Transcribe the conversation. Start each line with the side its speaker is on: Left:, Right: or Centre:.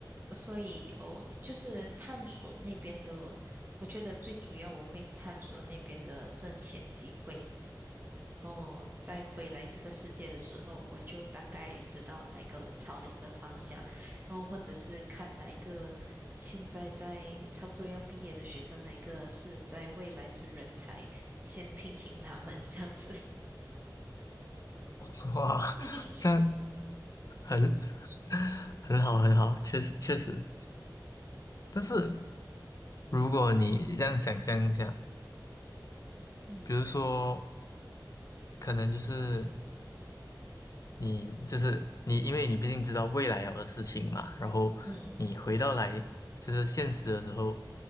Right: 所以，哦，就是探索那边的，我觉得最主要我会探索那边的挣钱机会，然后再回来这个世界的时候，我就大概知道哪个朝哪个方向，然后或者是看哪一个现在在差不多要毕业的学生，哪一个是在未来是人才，先聘请他们这样子。
Left: 哦 <laughs> 哇，
Right: <laughs>
Left: 这样很 <laughs> 很好很好，确实确实。但是如果你这样想象一下，
Right: 嗯
Left: 比如说可能就是。你就是你，因为你毕竟知道未来有的事情嘛，然后你回到来就是现实的时候，
Right: 嗯